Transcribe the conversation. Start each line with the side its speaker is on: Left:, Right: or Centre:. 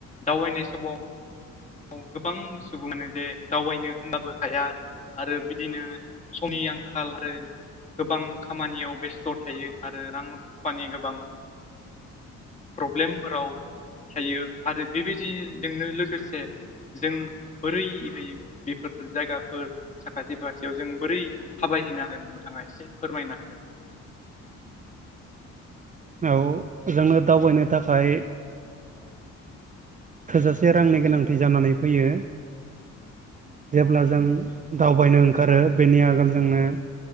Left: दावबायनाय समाव औ गोबां सुबुङानो जे दावबायनो होनबाबो हाया आरो बिदिनो समनि आंखाल आरो गोबां खामानियाव बेस्थ' थायो आरो रां रुफानि गोबां प्रब्लेमफोराव थायो आरो बेबायदिजोंनो लोगोसे जों बोरैहै बेफोर जायगाफोर साखाथि फाखाथि जयाव जों बोरै थाबायहैनो हागोन नोंथाङा एसे फोरमायनो हागोन
Right: औ जोङो दावबायनो थाखाय थोजासे रांनि गोनांथि जानानै फैयो जेब्ला जों दावबायनो ओंखारो बेनि आगोल जोंनो